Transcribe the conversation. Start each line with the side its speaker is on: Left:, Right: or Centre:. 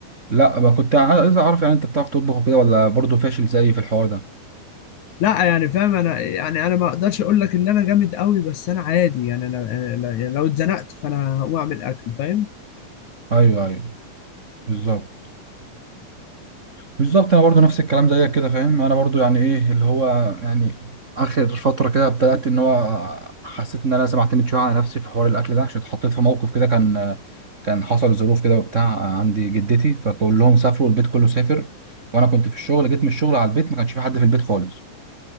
Right: لا بقى كنت عايز اعرف يعني انت بتعرف تطبخ وكده ولا برضه فاشل زيي في الحوار ده
Left: لا يعني فاهم انا يعني انا ما اقدرش اقول لك ان انا جامد قوي بس انا عادي يعني انا أنا لا- يعني لو اتزنقت فانا هقوم اعمل اكل فاهم
Right: ايوه ايوه بالظبط بالظبط انا برضو نفس الكلام زيك كده فاهم انا برضو يعني ايه اللي هو يعني اخر فتره كده بدات ان هو حسيت ان انا لازم اعتمد شويه على نفسي في حوار الاكل ده عشان اتحطيت في موقف كده كان كان حصل ظروف كده وبتاع عندي جدتي فكلهم سافروا البيت كله سافر وانا كنت في الشغل جيت من الشغل على البيت ما كانش في حد في البيت خالص